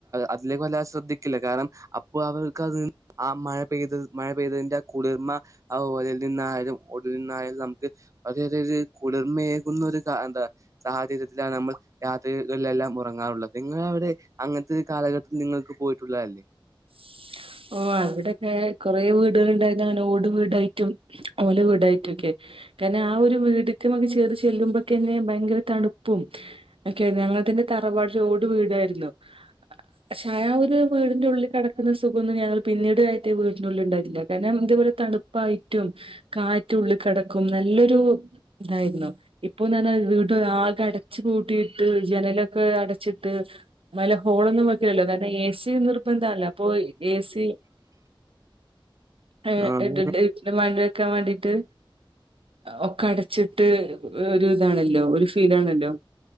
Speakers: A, on the right; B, on the right.
A: അതിലേക്ക് വല്ലാതെ ശ്രദ്ധിക്കില്ല കാരണം അപ്പോ അവർക്ക് അത് ആഹ് മഴ പെയ്ത് മഴ പെയ്തന്റെ ആഹ് കുളിർമ ആഹ് ഓലൽ നിന്നായാലും ഒടൽ നിന്നായാലും നമുക്ക് വളരെ കുളിറ്മ ഏകുന്ന ഒരു എന്താ സാഹചര്യത്തിലാണ് നമ്മൾ യാത്രികളിലെല്ലാം ഒറങ്ങാറുള്ളത് നിങ്ങ വി ട്അങ്ങൻത്തെ ഒരു കാലഘട്ടത്തിൽ നിങ്ങൾക്ക് പോയിട്ടുള്ളതല്ലേ.
B: <inaudible> ഓ അവിടെക്കെ കൊറെേ വീടുകളുണ്ടായിന്നു അങ്ങനെ ഓട് വീടായിട്ടും ഓല വീടായിട്ടും ഒക്കെ കാരണം ആഹ് ഒരു വീടക്കൊക്കെ ചേറിചെല്ലുമ്പോക്കന്നെ ഭയങ്കര തണുപ്പും ഒക്കെ ഞങ്ങൾ ന്റെ തറവാട് ഓട് വീടായിരുന്നു പക്ഷ ഒരു വീടിന്റെ ഉള്ളിൽ കിടക്കുന്ന സുഖ സുഖന്നും ഞങ്ങൾ പിന്നീട് കയറ്റിയ വീനുള്ളിണ്ടാവില്ല കാര്ണം ഇന്റെ വീട് തണുപ്പായിട്ടും കാറ്റുള്ളി കടക്കും നല്ലൊരു ഇതായിരുന്നു ഇപ്പന്ന് പറഞ്ഞാൽ വീട് ആകെ അടച്ച് കൂട്ടിയിട്ട് ജനലൊക്കെ അടച്ചിട്ട് വല ഹോളൊന്നും വെക്കലല്ലോ കാരണം എ സി നിർബന്താണലോ അപ്പൊ ഏ സി <unintelligible>
A: ആഹ്
B: വെക്കാൻ വേണ്ടിട്ട് ഒക്കെ അടച്ചിട്ട് ഒരു ഇതാണല്ലോ ഒരു ഫീലാണല്ലോ